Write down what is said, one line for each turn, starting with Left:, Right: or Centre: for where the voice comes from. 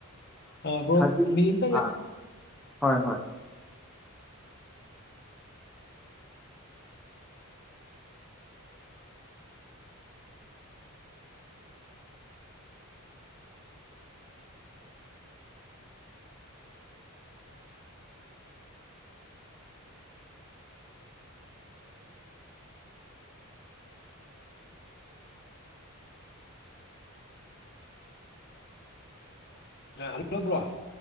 Left: ꯑꯣ ꯕ꯭ꯔ‌ꯣ
Centre: ꯍꯧꯖꯤꯛ
Left: ꯃꯤꯅꯤꯠ ꯑꯃꯇꯪ
Centre: ꯑꯥ ꯍꯣꯏ ꯍꯣꯏ
Left: ꯍꯜꯂꯣ ꯕ꯭ꯔꯣ